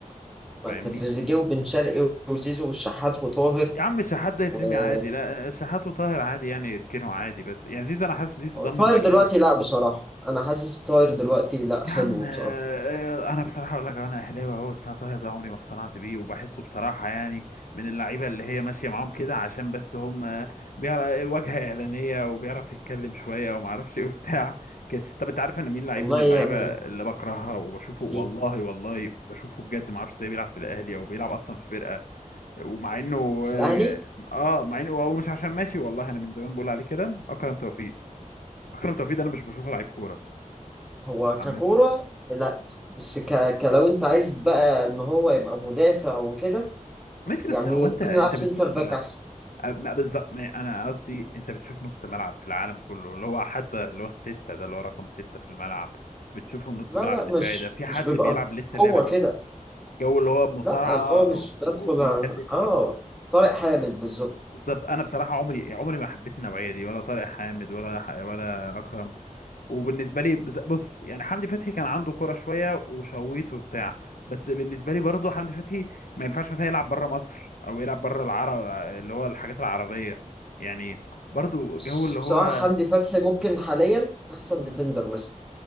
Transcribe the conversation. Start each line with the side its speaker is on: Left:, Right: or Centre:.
Centre: ما
Left: فاهمني
Centre: انت تريزيجيه وبن شرقي وزيزو والشحات وطاهر
Left: يا عم الشحات ده يترمي
Centre: و-
Left: عادي لا الشحات وطاهر عادي يعني يركنوا عادي بس يعني زيزو انا حاسس زيزو ضمن
Centre: طاهر
Left: مكاني
Centre: دلوقتي لا بصراحة أنا حاسس طاهر دلوقتي لا
Left: يا
Centre: حلو
Left: عم آه،
Centre: بصراحة
Left: آه، انا بصراحه اقول لك انا اهلاوي اهو بس انا طاهر ده عمري ما اقتنعت بيه وبحسه بصراحه يعني من اللعيبه اللي هي ماشيه معاهم كده عشان بس هم آه، بيعرف واجهه اعلانيه وبيعرف يتكلم شويه وما اعرفش ايه وبتاع كده طب انت عارف انا مين لعيب
Centre: والله
Left: من اللعيبه
Centre: يعني
Left: اللي بكرهها وبشوفه والله
Centre: إيه،
Left: والله بشوفه بجد ما اعرفش ازاي بيلعب في الاهلي او بيلعب اصلا في فرقه ومع انه
Centre: في الأهلي
Left: اه مع انه هو مش عشان ماشي والله انا من زمان بقول عليه كده اكرم توفيق اكرم توفيق ده انا مش بشوفه لعيب كوره
Centre: هو
Left: عامه
Centre: ككورة لا بس ك... كلو أنت عايز بقى إن هو يبقى مدافع وكده
Left: ماشي
Centre: يعني
Left: بس هو
Centre: ممكن
Left: انت انت
Centre: يلعب سنتر
Left: بتشوف
Centre: باك
Left: لا
Centre: أحسن
Left: ما بالظبط ما- انا قصدي انت بتشوف نص ملعب في العالم كله اللي هو حتى اللي هو السته ده اللي هو رقم سته في الملعب بتشوفه نص
Centre: لا
Left: ملعب
Centre: لا
Left: الدفاعي
Centre: مش
Left: ده في حد
Centre: مش بيبقى
Left: بيلعب لسه
Centre: قوة
Left: اللعبه دي
Centre: كده
Left: جو اللي هو مصارعه
Centre: لا اللي هو مش
Left: وبيشل
Centre: بدخل على- اه طارق حامد بالظبط
Left: بالظبط انا بصراحه عمري عمري ما حبيت النوعيه دي ولا طارق حامد ولا ح- ولا اكرم وبالنسبه لي بز- بص يعني حمدي فتحي كان عنده كرة شويه وشويت وبتاع بس بالنسبه لي برضه حمدي فتحي ما ينفعش مثلا يلعب بره مصر او يلعب بره العرب اللي هو الحاجات العربيه يعني برضه
Centre: بس
Left: جو اللي
Centre: بصراحة
Left: هو
Centre: حمدي فتحي ممكن حاليا أحسن
Left: مم.
Centre: ديفندر مصر